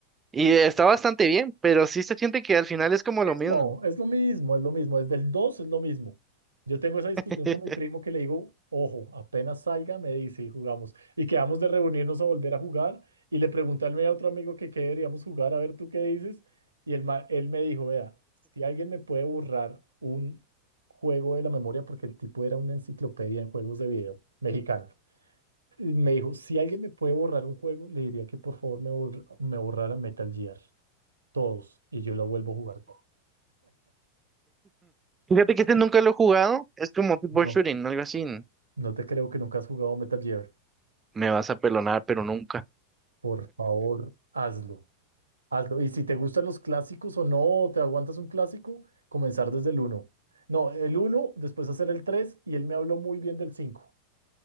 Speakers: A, on the right; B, on the right.
A: y está bastante bien, pero sí se siente que al final es como lo mismo.
B: No, es lo mismo, es lo mismo, es lo mismo. Desde el 2 es lo mismo. Yo tengo esa discusión
A: <laughs>
B: con mi primo que le digo, ojo, apenas salga, me dice y jugamos. Y quedamos de reunirnos a volver a jugar. Y le pregunté al medio a otro amigo que qué deberíamos jugar, a ver tú qué dices. Y el ma- él me dijo, vea, si alguien me puede borrar un juego de la memoria, porque el tipo era una enciclopedia en juegos de video mexicano. Y me dijo, si alguien me puede borrar un juego, le diría que por favor me, borr- me borrara Metal Gear, todos, y yo lo vuelvo a jugar.
A: Fíjate que este nunca lo he jugado, es como tipo
B: No,
A: shooting, ¿no? algo así.
B: no te creo que nunca has jugado Metal Gear.
A: Me vas a pelonar, pero nunca.
B: Por favor, hazlo. Hazlo. Y si te gustan los clásicos o no, te aguantas un clásico, comenzar desde el uno. No, el uno, después hacer el 3 y él me habló muy bien del 5.